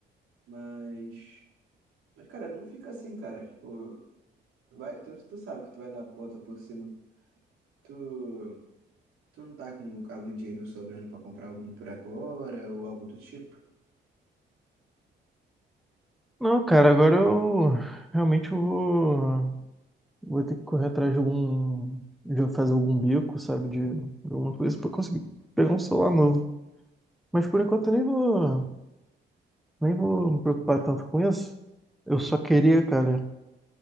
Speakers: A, on the right; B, in the centre.
A: mas. Mas, cara, não fica assim, cara. Tipo. Tu vai, tu, tu sabe que tu vai dar a volta por cima. Tu, tu não tá com algum dinheiro sobrando pra comprar algum por agora ou algo do tipo?
B: Não, cara, agora eu realmente eu vou, vou ter que correr atrás de algum, de fazer algum bico, sabe, de, de alguma coisa pra conseguir pegar um celular novo. Mas por enquanto eu nem vou, nem vou me preocupar tanto com isso. Eu só queria, cara,